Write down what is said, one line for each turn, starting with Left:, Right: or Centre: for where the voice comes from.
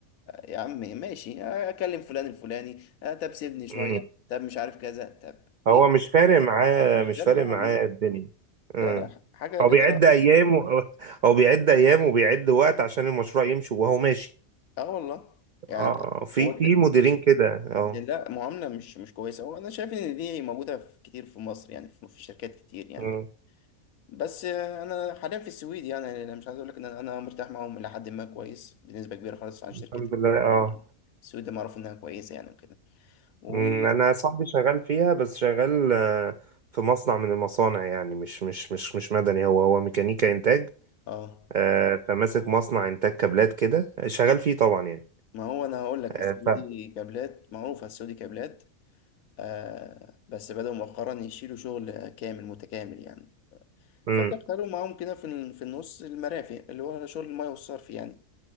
Left: يا عمي ماشي اكلم فلان الفلاني آه، طب سيبني شويه
Right: مم.
Left: طب مش عارف كذا طب
Right: هو
Left: ايه
Right: مش فارق معاه
Left: مش
Right: مش
Left: فارق
Right: فارق
Left: معاه
Right: معاه
Left: والله
Right: الدنيا
Left: لا
Right: مم.
Left: لا حاجه
Right: هو
Left: الاداره
Right: بيعد أيام و... <laughs> هو بيعد أيام وبيعد وقت عشان المشروع يمشي وهو ماشي
Left: اه والله يعني
Right: اه آه، في
Left: هو الت-
Right: في مديرين كده اه
Left: لا معامله مش مش كويسه هو انا شايف ان دي موجوده في كتير في مصر يعني في في شركات كتير يعني
Right: مم.
Left: بس آه، انا حاليا في السويد يعني انا مش عايز اقول لك ان انا أنا مرتاح معاهم الى حد ما كويس بنسبه كبيره خالص عن شركتي
Right: الحمد لله
Left: القديمه
Right: اه
Left: يعني السويد معروف انها كويسه يعني وكده و
Right: مم. أنا صاحبي شغال فيها بس شغال آه، في مصنع من المصانع يعني مش مش مش مش مدني هو هو ميكانيكا إنتاج
Left: اه
Right: آه، فماسك مصنع إنتاج كابلات كده شغال فيه طبعا يعني
Left: ما هو انا هقول لك
Right: آه،
Left: السعودي
Right: ف...
Left: كابلات معروفه السعودي كابلات آه بس بدأوا مؤخرا يشيلوا شغل كامل متكامل يعني
Right: مم.
Left: فدخلوا معاهم كده في ال- في النص المرافق اللي هو شغل الميه والصرف يعني